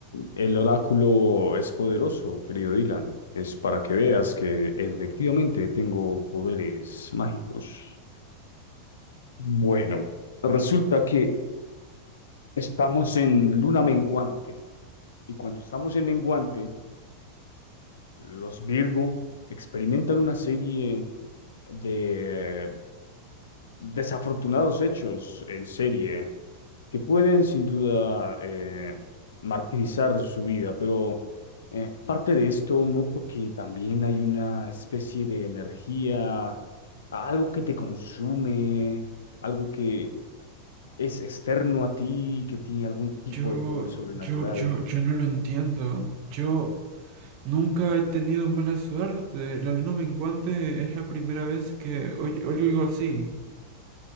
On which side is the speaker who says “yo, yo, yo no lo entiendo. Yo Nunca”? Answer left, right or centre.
Right